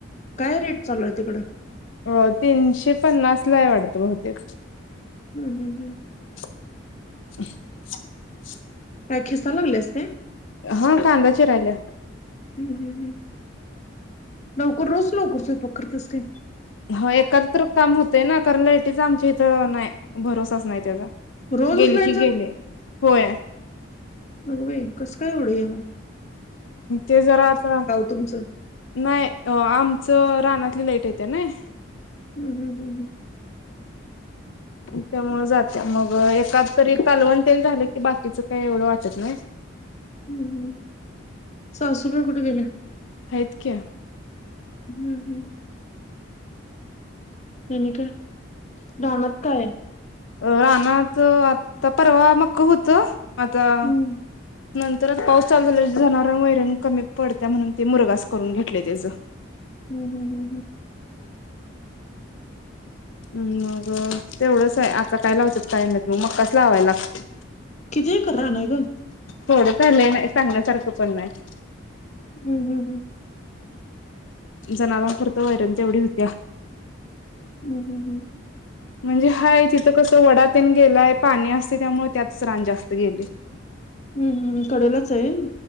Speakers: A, on the left (about 35°); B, on the left (about 70°).
A: काय रेट चालू हाईत? तिकडं
B: अ तीनशे पन्नास लाय वाटतं बहुतेक.
A: हम्म. हम्. हम्म.
B: <inaudible>
A: काय खिसा लागल्यास काय?
B: हा. कांदा चिरायल्या.
A: हम्म. हम्. हम्. लवकर रोज लवकर स्वयपाक करत्यास काय?
B: होय एकाद तर काम होत ते ना खर लाइटीचा आमच्या इथ नाही. भरोसाच नाही त्याचा.
A: रोजच
B: गेली
A: लाईट
B: की गेले. होय.
A: बग भई! कसं काय एढं ये म,
B: ते जरा आता,
A: तुमचं
B: <inaudible> नाही अ आमचं रानातली लाईट येत त्या नय <inaudible>
A: <inaudible> हम्म हम्म हम् हम्म, <inaudible>
B: त्यामुळ, जाते मग एद तरी कालवण तेल झालं की बाकीच काही एवढं वाटत नाही. <inaudible>
A: हम्म हम् <inaudible> सासूबाई कुठ गेल्या. <inaudible>
B: हाइत क्या, <inaudible>
A: हम्म हम्म, <inaudible> <inaudible> अणि का, <inaudible> <inaudible> रानात काय, <inaudible>
B: अ रानात आत्ता परवा मक्कं हुतं आता
A: हम्म
B: <inaudible> नंतरच पाऊस चालू झाल्यावर जनावरांना वैरण कमी पडत्या म्हणून ते मुरगास करून घेतलंय त्याचं
A: हम्म हम्म हम्म हम्म
B: हम् मग तेवढंच आहे आता काय लावतेत काय माहिती मग मक्काच लावाय लागते
A: किती एकर आहे गं
B: थोडं झालय पण सांगण्यासारखं पण नाही
A: हम्म हम्म हम्म
B: जनावरा पुरती वैरण तेवढी होत्या
A: हम्म हम् हम्म
B: म्हणजे हाय तिथं कसं वडा तेन गेलाय पाणी असते त्यामुळे त्यातच रान जास्त गेलंय
A: हम्म हम् कडेलाच आहे